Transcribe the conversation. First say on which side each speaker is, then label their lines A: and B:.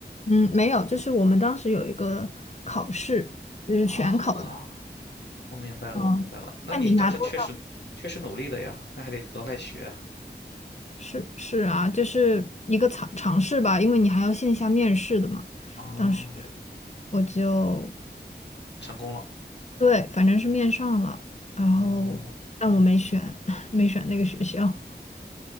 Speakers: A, on the left; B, on the left.
A: 嗯，没有，就是我们当时有一个考试，就是全考的，
B: 哦，我明白了，
A: 嗯，
B: 我明白了。那你当时确实确实努力了呀，
A: 看你拿多少
B: 那还得额外学
A: 是是啊，就是一个尝尝试吧，因为你还要线下面试的嘛。
B: 哦，
A: 当时我就
B: 成功了
A: 对，反正是面上了，然后但我没选，
B: 哦。
A: <laughs> 没选那个学校。